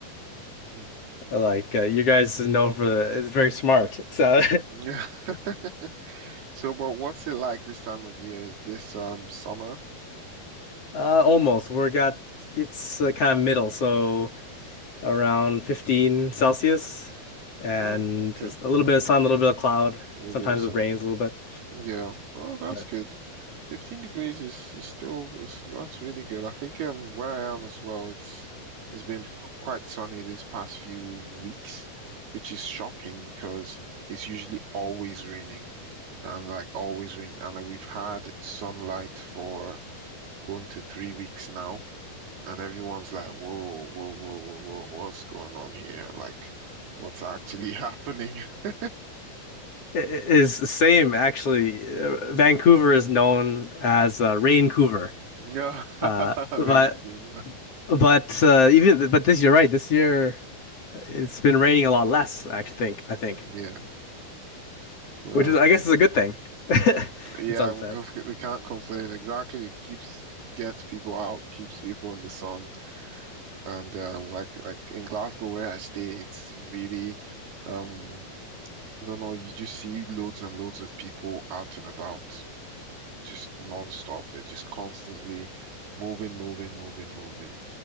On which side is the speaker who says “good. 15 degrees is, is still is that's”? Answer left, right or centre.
Right